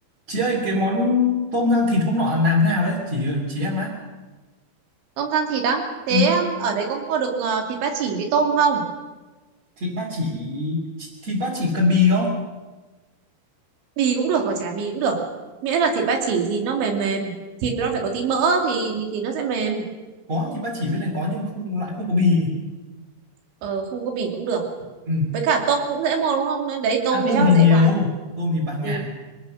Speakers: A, on the right (about 35°); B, on the right (about 85°).
A: Chị ơi cái món tôm rang thịt hôm nọ làm thế nào đấy chị chị em á
B: tôm rang thịt á thế
A: ừ.
B: um, ở đấy có mua được ờ, thịt ba chỉ với tôm không
A: thịt ba chỉ chị- thịt ba chỉ cần bì không
B: bì cũng được và chả bì cũng được miễn là thịt ba chỉ thì nó mềm mềm thịt nó phải có tí mỡ thì thì nó sẽ mềm
A: có thịt ba chỉ bên này có nhưng không lại không có bì
B: ờ, không có bì cũng được
A: ừ.
B: với cả tôm cũng dễ mua đúng không Nên đấy tôm
A: à,
B: thì
A: tôm
B: chắc
A: thì
B: là dễ
A: nhiều
B: quá rồi
A: tôm thì bạt ngàn
B: ừ